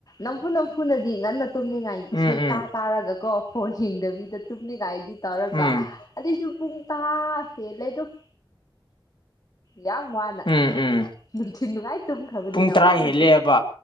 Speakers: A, on the left; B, on the left.
A: ꯅꯝꯐꯨ ꯅꯝꯐꯨꯅꯗꯤ ꯉꯟꯅ ꯇꯨꯝꯅꯤꯡꯉꯥꯏ
B: ꯎꯝ
A: ꯏꯁꯩ
B: ꯎꯝ
A: ꯇꯥ ꯇꯥꯔꯒꯀꯣ ꯐꯣꯟ ꯌꯦꯡꯗꯕꯤꯗ ꯇꯨꯝꯅꯤꯡꯉꯥꯏꯗꯤ ꯇꯧꯔꯒ
B: ꯎꯝ
A: ꯑꯗꯨꯏꯁꯨ ꯄꯨꯡ ꯇꯔꯥ ꯍꯦꯜꯂꯦ ꯗꯨꯝ ꯌꯥꯝ ꯋꯥꯅ
B: ꯎꯝ ꯎꯝ
A: ꯅꯨꯡꯊꯤꯟ ꯅꯨꯡꯉꯥꯏꯅꯥ ꯇꯨꯝꯈ꯭ꯔꯕꯅꯤꯅ
B: ꯄꯨꯡ ꯇꯔꯥ
A: ꯋꯥꯅ
B: ꯍꯦꯜꯂꯦꯕ
A: ꯇꯨꯝ